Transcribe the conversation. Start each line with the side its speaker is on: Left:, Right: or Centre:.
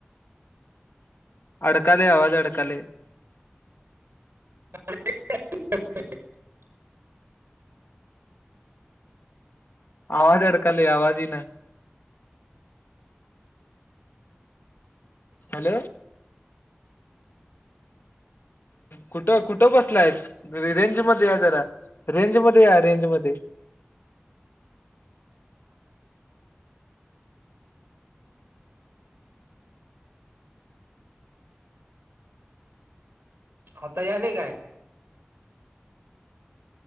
Left: अडकले आवाज अडकले.
Right: <inaudible>
Left: आवाज अडकाली आवाज ये ना. हॅलो. कुठं कुठं बसलाय रेंज मध्ये या जरा रेंज मध्ये या रेंज मध्ये.
Right: आता आले काय.